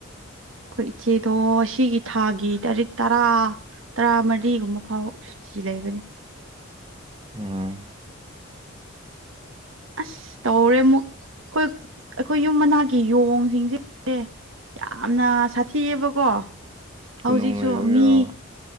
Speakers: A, on the right; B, on the right.
A: ꯑꯩꯈꯣꯏ ꯏꯆꯦꯗꯣ ꯁꯤꯒꯤ ꯊꯥꯒꯤ ꯇꯥꯔꯤꯛ ꯇꯔꯥ ꯇꯔꯥꯃꯔꯤꯒꯨꯝꯕ ꯐꯥꯎ ꯁꯨꯇꯤ ꯂꯩꯕꯅꯦ
B: ꯎꯝ <unintelligible>
A: ꯑꯁ ꯇꯧꯔꯦ ꯑꯃꯨꯛ ꯑꯩꯈꯣꯏ ꯑꯩꯈꯣꯏ ꯌꯨꯝ ꯃꯅꯥꯛꯒꯤ ꯌꯣꯡꯁꯤꯡꯁꯦ ꯌꯥꯝꯅ ꯁꯥꯊꯤꯌꯦꯕꯀꯣ
B: ꯀꯣꯅꯨꯡ
A: ꯍꯧꯖꯤꯛꯁꯨ
B: ꯂꯩꯕꯒꯤꯔꯣ
A: ꯃꯤ